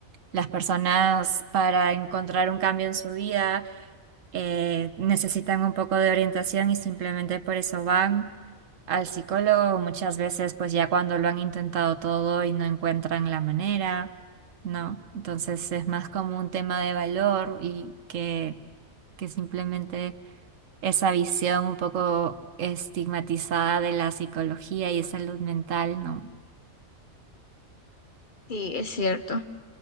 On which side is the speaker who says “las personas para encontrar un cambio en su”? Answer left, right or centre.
Right